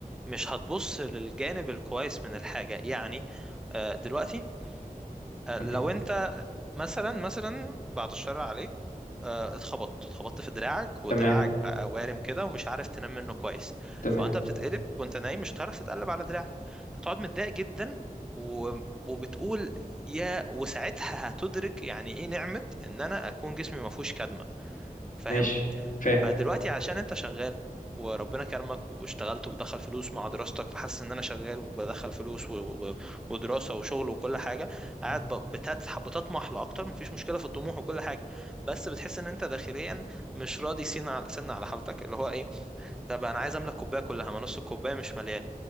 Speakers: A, in the centre; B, on the left.
A: مش هتبص للجانب الكويس من الحاجة يعني آه، دلوقتي آه، لو
B: مهم.
A: انت مثلا مثلا بعد الشر عليك آه، اتخبطت اتخبطت في دراعك ودراعك
B: تمام
A: بقى وارم كده ومش عارف تنام منه كويس
B: تمام
A: فانت بتتقلب وانت نايم مش هتعرف تتقلب على دراعك هتقعد متضايق جدا و... وبتقول يا وساعتها هتدرك يعني ايه نعمة ان انا اكون جسمي ما فيهوش كدمة فاهم
B: ماشي فاهم
A: فدلوقتي عشان انت شغال وربنا كرمك واشتغلت وبتدخل فلوس مع دراستك فحاسس ان انا شغال وبدخل فلوس و... و... ودراسة وشغل وكل حاجة قاعد
B: مم.
A: ب... بتتح... بتطمح لأكتر مفيش مشكلة في الطموح وكل حاجة بس بتحس ان انت داخليا مش راضي سين على سن على حالتك اللي هو ايه طب انا عايز املك كوباية كلها ما نص الكوباية مش مليان